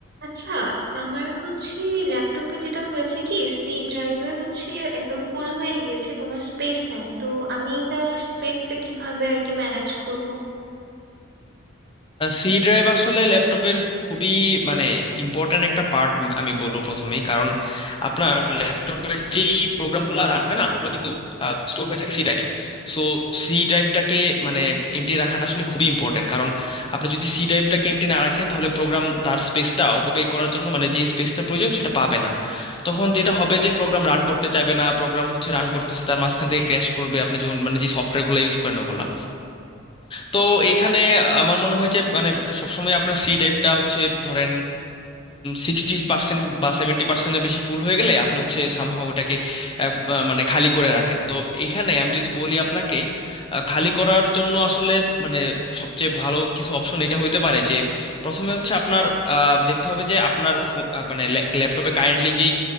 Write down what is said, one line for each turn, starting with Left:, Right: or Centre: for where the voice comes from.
Right: আচ্ছা আমার হচ্ছে ল্যাপটপে যেটা হয়েছে কি সি ড্রাইভে হচ্ছে একদম ফুল হয়ে গিয়েছে কোনো স্পেস নাই তো আমি এটার স্পেসটা কিভাবে আর কি ম্যানেজ করব
Left: C drive আসলে ল্যাপটপের খুবই মানে ইম্পর্ট্যান্ট একটা পার্ট আমি বলবো প্রথমেই কারণ আপনার ল্যাপটপের যেই প্রোগ্রামগুলো রান হয় না ওগুলো কিন্তু স্টোর হয়ে থাকে সি ড্রাইভে সো সি ড্রাইভটাকে মানে এমটি রাখাটা আসলে খুবই ইম্পর্ট্যান্ট কারণ আপনি যদি সি ড্রাইভটাকে এমটি না রাখেন তাহলে প্রোগ্রাম তার স্পেসটা অকুপাই করার জন্য মানে যেই স্পেসটা প্রয়োজন সেটা পাবে না তখন যেটা হবে যে প্রোগ্রাম রান করতে চাইবে না প্রোগ্রাম হচ্ছে রান করতেছে তার মাঝখান থেকে ক্র্যাশ করবে আপনি যখন মানে যে সফটওয়্যারগুলো ইউজ করেন ওগুলা তো এইখানে আমার মনে হয় যে মানে সবসময় আপনার সি ড্রাইভটা হচ্ছে ধরেন সিক্সটি পার্সেন্ট বা সেভেন্টি পার্সেন্টের বেশি ফুল হয়ে গেলে আপনি হচ্ছে সামহাও ওটাকে আহ, আহ, মানে খালি করে রাখেন তো এখানে আমি যদি বলি আপনাকে আহ, খালি করার জন্য আসলে মানে সবচেয়ে ভালো কিছু অপশন এটা হইতে পারে যে প্রথমে হচ্ছে আপনার আহ, দেখতে হবে যে আপনার ফো- আহ, মানে ল্যাপটপে কারেন্টলি যেই